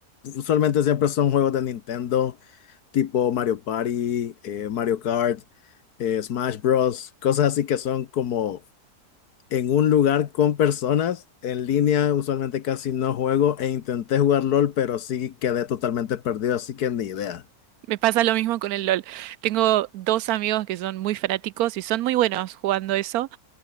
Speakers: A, on the left; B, on the right.
A: usualmente siempre son juegos de Nintendo, tipo Mario Party, eh, Mario Kart, eh, Smash Bros., cosas así que son como en un lugar con personas. En línea usualmente casi no juego e intenté jugar LOL, pero sí quedé totalmente perdido, así que ni idea.
B: Me pasa lo mismo con el LOL. Tengo dos amigos que son muy fanáticos y son muy buenos jugando eso,